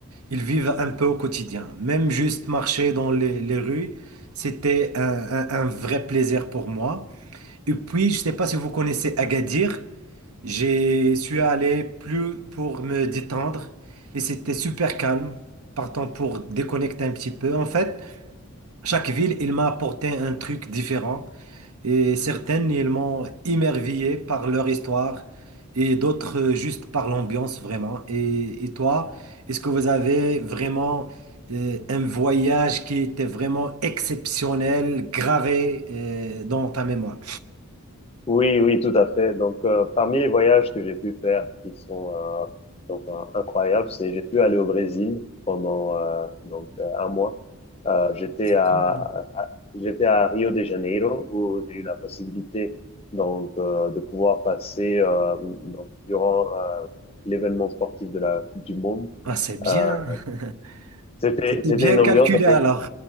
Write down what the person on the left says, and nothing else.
Oui, oui, tout à fait. Donc, euh, parmi les voyages que j'ai pu faire qui sont euh, donc euh, incroyables, c'est j'ai pu aller au Brésil pendant euh, donc euh, un mois. Euh, j'étais
à,
à- j'étais à Rio de Janeiro où j'ai eu la possibilité donc euh, de pouvoir passer euh, donc durant euh, l'événement sportif de la Coupe du Monde.
Euh,
c'était
c'était
une
ambiance